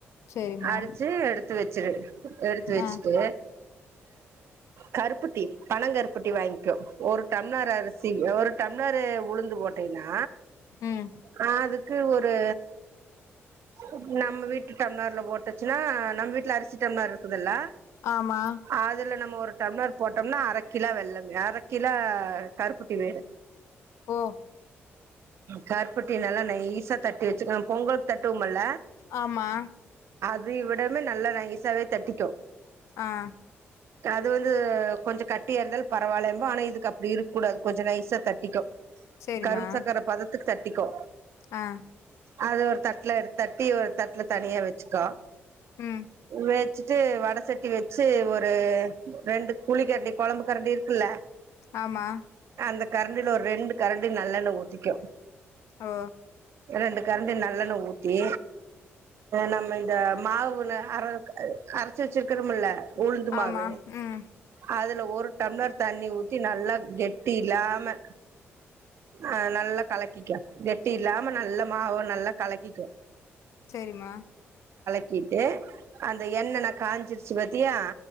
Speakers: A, on the left; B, on the right.
A: சேரிம்மா
B: அடிச்சு எடுத்து வச்சுரு எடுத்து வச்சுட்டு
A: ஆ
B: கருப்பொட்டி பனகரு பொட்டி வாங்கிகோ ஒரு டம்ளர் அரிசி ஒரு டம்ளரு உளுந்து போட்டேன்னா
A: ம்
B: ஆஹ் அதுக்கு ஒரு ஒரு நம்ம வீட்டு டம்ளர்ல போட்டுச்சுன்னா நம்ம வீட்ல அரிசி டம்ளர் இருக்குதுல்ல
A: ஆமா
B: அதுல நம்ம ஒரு டம்ளர் போட்டம்னா அரை கிலா வெள்ளம் அரை கில கருப்பு இது வேற
A: ஓ
B: கருப்பட்டி நல்லா நைசா தட்டி வச்சுக்க பொங்கலுக்கு தட்டுவோமல்ல
A: ஆமா
B: அத விடமே நல்லா நைசாவே தட்டிக்கோ
A: ஆஹ்
B: அது வந்து கொஞ்சம் கட்டியா இருந்தாலு பரவாயில்ல இதுக்கு அப்டி இருக்கூடாது கொஞ்ஜோ நைய்சா தட்டிக்கோ
A: சேரிம்மா
B: கரும் சக்கர பதத்துக்கு தட்டிக்கோ
A: ஆ
B: அது ஒரு தட்ல எடுத் தட்டி ஒரு தட்ல தனியா வச்சுக்கோ
A: ம்
B: வேச்சு ட்டு வட சட்டி வச்சு ஒரு ரெண்டு குழி கரண்டி கொழம்பு கரண்டி இருக்குல
A: ஆமா
B: அந்த கரண்டில ஒரு ரெண்டு கரண்டி நல்லெண்ண ஊத்திக்கோ
A: ஓ
B: ரெண்டு கரண்டி நல்லெண்ண ஊத்தி நம்ப இந்த மாவு நர அரச்சு வச்சுருக்கோம்ல உளுந்துமாவு
A: ஆமா
B: அது
A: ம்
B: அதுல ஒரு டம்ளர் தண்ணி ஊத் த்தி நல்லா கெட்டி கெட்டி இல்லாம ஆஹ் நல்லா கலக்கிக கெட்டி இல்லாம நல்ல மாவு நல்ல கலக்கிக்கோ
A: சேரிமா
B: ட்டு அந்த எண்ணென்ன காஞ்சிருச்சு பாத்தியா